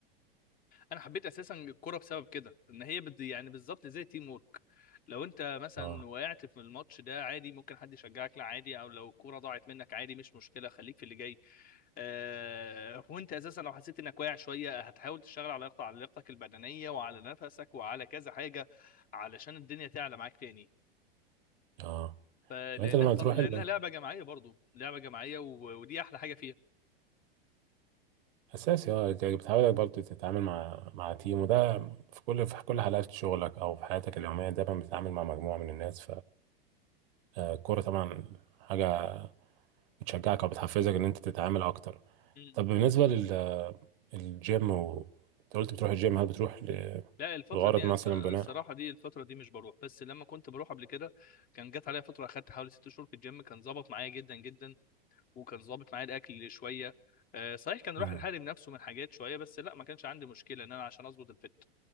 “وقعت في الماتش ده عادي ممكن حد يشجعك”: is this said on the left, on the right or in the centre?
Left